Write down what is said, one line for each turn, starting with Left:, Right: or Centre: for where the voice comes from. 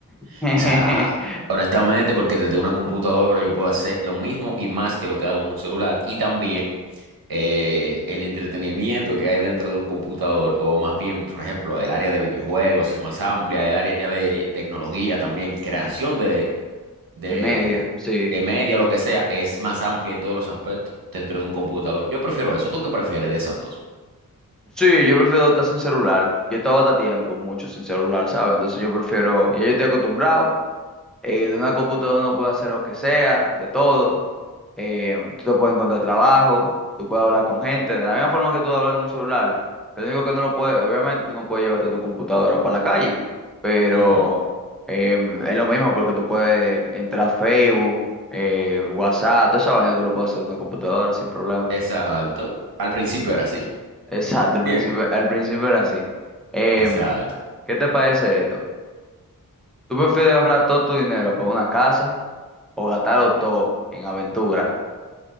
Right: O
Centre: <laughs>
Right: sea, honestamente, porque desde una computadora yo puedo hacer lo mismo y más que lo que hago en un celular. Y también eh, el entretenimiento que hay dentro de un computador, o más bien, por ejemplo, el área de videojuegos es más amplia, el área de tecnología también, creación de, de,
Centre: De media, sí.
Right: de media, lo que sea, es más amplia en todos los aspectos dentro de un computador. Yo prefiero eso. ¿Tú qué prefieres de esas dos?
Centre: Sí, yo prefiero estar sin celular. Yo he estado hasta tiempo, mucho sin celular, ¿sabes? Entonces yo prefiero, ya yo estoy acostumbrado. eh, de una computadora uno puede hacer lo que sea, de todo. Eh, tú te puedes encontrar trabajo, tú puedes hablar con gente, de la misma forma que tú hablas en un celular. Lo único que no lo puedes, obviamente tú no puedes llevarte tu computadora para la calle, pero
Right: Ujú.
Centre: eh, es lo mismo porque tú puedes entrar a Facebook, eh, WhatsApp, toda esa vaina tú lo puedes hacer en una computadora sin problema.
Right: Exacto. Al principio era así.
Centre: Exacto,
Right: ¿Entiendes?
Centre: al principio, al principio era así. Em,
Right: Exacto.
Centre: ¿qué te parece esto? ¿Tú prefieres ahorrar todo tu dinero por una casa? O gastarlo todo en aventura.